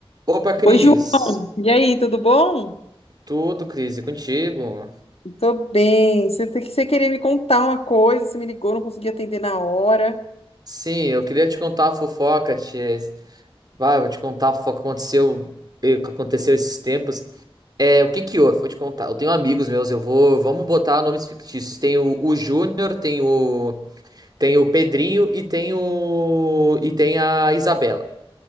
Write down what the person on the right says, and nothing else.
Opa, Cris.
Tudo, Cris, e contigo?
Sim, eu queria te contar uma fofoca, tia. Vai, eu vou te contar a fofoca que aconteceu, eh, que aconteceu esses tempos. É, o que que houve? Vou te contar. Eu tenho amigos meus, eu vou, vamos botar nomes fictícios. Tem o, o Júnior, tem o, tem o Pedrinho e tem o, e tem a Isabela.